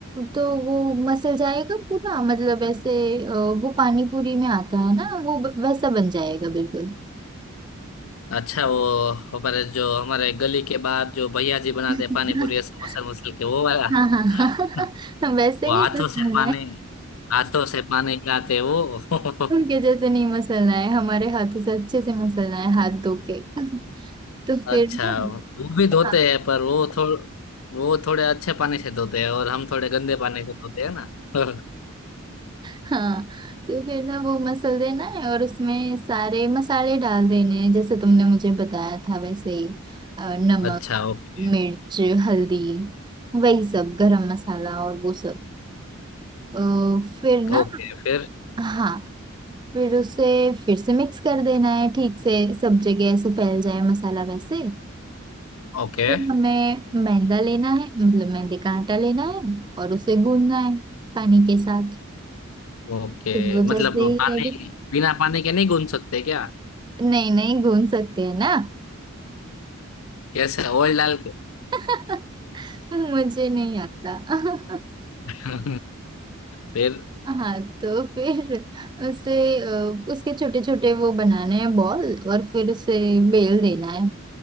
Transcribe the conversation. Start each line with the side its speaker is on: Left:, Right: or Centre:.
Right: तो वो मसल जाएगा पूरा मतलब ऐसे अ, वो पानी पूरी में आता है ना वो ब- वैसा बन जाएगा बिल्कुल
Left: अच्छा वो हमारे जो हमारे गली के बाहर जो भैया जी बनाते
Right: <laughs>
Left: हैं पानी पूरी समोसा मसल मसल के वो वाला
Right: हाँ हाँ
Left: <laughs> वो
Right: हाँ वैसे नहीं
Left: हाथों
Right: मसलना
Left: से पानी
Right: है
Left: हाथों से पानी गिराते वो
Right: उनके
Left: <laughs>
Right: जैसे नहीं मसलना है हमारे हाथों से अच्छे से मसलना है हाथ धो के <laughs> तो
Left: अच्छा
Right: फिर ना
Left: वो भी धोते
Right: हाँ।
Left: हैं पर वो थोड़ वो थोड़े अच्छे पानी से धोते हैं और हम थोड़े गंदे पानी को धोते हैं ना <laughs>
Right: हाँ तो फिर ना वो मसल देना है और उसमें सारे मसाले डाल देने हैं जैसे तुमने मुझे बताया था वैसे ही अ, नमक
Left: अच्छा ओके
Right: मिर्च हल्दी वही सब गरम मसाला और वो सब अ, फिर ना
Left: ओके फिर
Right: हाँ फिर उसे फिर से मिक्स कर देना है ठीक से सब जगह ऐसे फैल जाए मसाला वैसे
Left: ओके
Right: फिर हमें मैदा लेना है मतलब मैदे का आटा लेना है और उसे गूंदना है पानी के साथ
Left: ओके
Right: वो जैसे
Left: मतलब
Right: ही
Left: पानी
Right: लगे
Left: बिना पानी के नहीं गूंथ सकते क्या
Right: नहीं नहीं घूम सकते हैं ना
Left: कैसे ऑयल डाल के
Right: <laughs> मुझे नहीं आता <laughs>
Left: <laughs> फिर
Right: हाँ तो फिर उसे अ, उसके छोटे छोटे वो बनाने हैं बॉल और फिर उसे बेल देना है